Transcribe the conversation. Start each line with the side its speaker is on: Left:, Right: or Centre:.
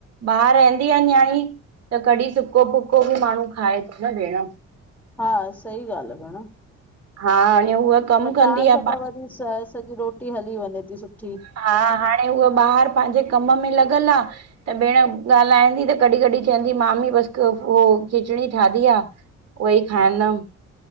Right: ॿाहिरि रहंदी आ न्याणी त कॾीं सुको- फुको बि माण्हू खाए तो न भेण,
Centre: हा सही ॻाल्हि आ भेण।
Right: हा, हिअं उह कमु
Centre: खटाण
Right: कंदी
Centre: सां
Right: आ, पा
Centre: त वरी स सॼी रोटी हली वञे ती सुठी।
Right: हा, हाणे हूअ ॿाहिरि पांहिंजे कम में लॻल आ, त भेण ॻाल्हाईंदी त कॾीं -कॾीं थीयंदी मामी बसि उ खिचड़ी ठादी आ, उह ई
Centre: हा
Right: खाईंदमि।